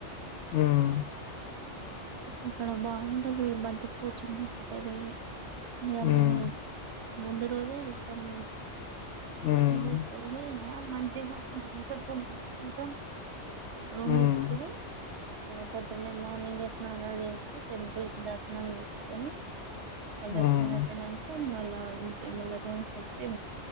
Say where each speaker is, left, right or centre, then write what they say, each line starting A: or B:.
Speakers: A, on the left; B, on the right.
A: మ్మ్
B: అక్కడ బాగుంటది బంతిపోచం బాగుంటది <unintelligible>
A: హ్మ్
B: ముందు రోజే వెళ్తాం మేము
A: హ్మ్
B: ముందు రోజు వెళ్ళి మంచిగా ఇక్కడ రూమ్ తీసుకుంటాం రూమ్
A: హ్మ్
B: తీస్కొని పొద్దున్న మార్నింగ్ ఏ స్నానాలు చేసి టెంపుల్ దర్శనం చేసుకొని ప్రదక్షిణం
A: హ్మ్
B: అయిపోయినక మళ్ళా ఇం మళ్ళ రూమ్కి వచ్చి